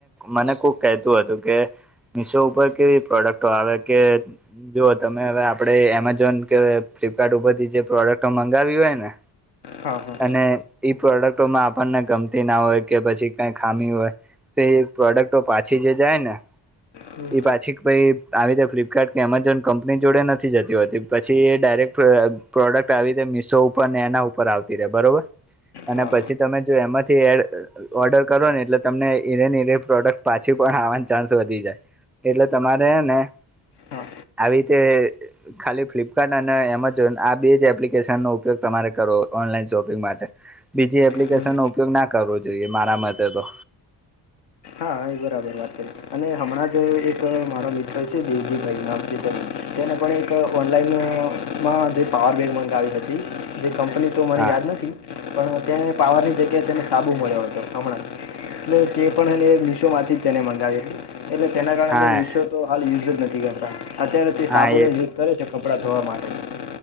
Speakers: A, in the centre; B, on the left (about 70°).
A: મને કોક. કહેતું હતું કે મિશો ઉપર કેવી પ્રોડક્ટો આવે કે જો તમે હવે આપણે એમેઝોન કે ફ્લિપકાર્ટ ઉપરથી જે પ્રોડક્ટ મંગાવ્યું હોય ને
B: હા હા
A: અને ઈ પ્રોડક્ટમાં આપણને ગમતી ના હોય કે પછી કઈ ખામી હોય. તો એ પ્રોડક્ટ તો પાછી જે જાય ને
B: હમ
A: એ પાછી પછી આવી રીતે ફ્લિપકાર્ટ કે એમેઝોન કંપની જોડે નથી જતી હોતી પછી એ ડાયરેક્ટ. પ્રોડક્ટ આવી રીતે મિશો ઉપર ને એના ઉપર આવતી રહેે બરોબર. અને
B: હા હા
A: પછી તમે જો એમાંથી એડ ઓર્ડર કરો ને એટલે તમને એજ પ્રોડક્ટ પાછી પણ આવાની ચાન્સ વધી જાય એટલે તમારે હે ને આવી
B: હા
A: રીતે ખાલી ફ્લિપકાર્ટ અને એમેઝોન આ બે જ એપ્લિકેશનનો ઉપયોગ તમારે કરવો ઓનલાઈન શોપિંગ માટે બીજી એપ્લિકેશન
B: હમ
A: ન ઉપયોગ ના કરવો જોઈએ મારા મતે તો
B: હા એ બરાબર વાત કરી છે અને હમણાં જ એક મારો મિત્ર છે દેવજીભાઈ નામ એમને પણ એક ઓનલાઈનમાં જે પાવર બેક મગાવી હતી જે કંપની તો મને
A: હા
B: યાદ નથી પણ ત્યાં પાવરની કે તેને સાબુ મળ્યો હતો હમણાં એટલે તે પણ એને મીશો માંથી તેને મંગાવી હતી. એટલે તેના કારણે
A: હા
B: અમે મીશો તો હાલ યુઝ જ નથી કરતા અત્યારે તે
A: હા
B: સાબુનો યુઝ કરે છે કપડાં ધોવા માટે